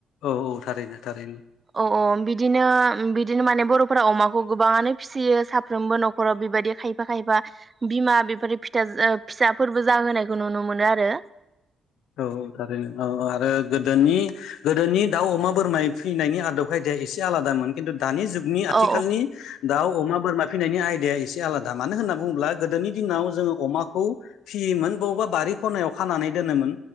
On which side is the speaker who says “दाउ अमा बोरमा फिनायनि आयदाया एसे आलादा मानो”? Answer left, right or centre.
Left